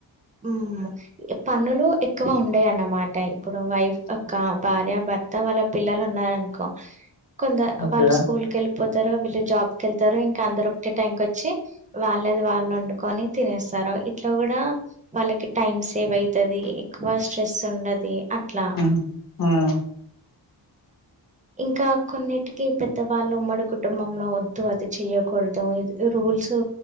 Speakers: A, on the right (about 20°); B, on the left (about 50°).
A: హ్మ్ పనులు ఎక్కువ ఉండయ్ అన్మాట ఇప్పుడు వైఫ్ ఒక్క భార్య భర్ త వాళ్ళ పిల్లలు ఉన్నారన్కో కొంత
B: ఓకేనా
A: వాళ్ళు స్కూల్ కెళ్ళి పోతార వీళ్ళు జాబ్ కెళ్తార ఇంకా అందరు ఒకటే టైంకి వచ్చి వాళ్ళది వాళ్ళు వొండు కొని తినేస్తార ఇట్లా గూడా వాళ్ళకి టైం సేవ్ అయితది ఎక్కువ స్ట్రెస్ ఉండది అట్లా
B: హ్మ్ హా
A: ఇంకా కొన్నిటికి పెద్దవాళ్ళు ఉమ్మడి కుటుంబంలో వద్దు అది చెయకూడదు ఇద్ రూల్సు